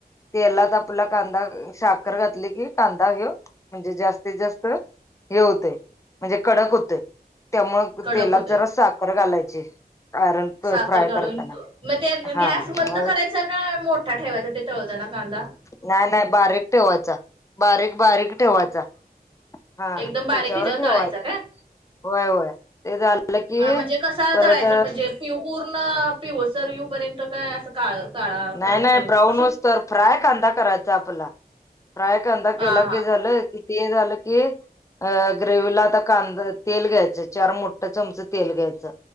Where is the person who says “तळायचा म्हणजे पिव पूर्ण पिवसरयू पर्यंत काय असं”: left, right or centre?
Right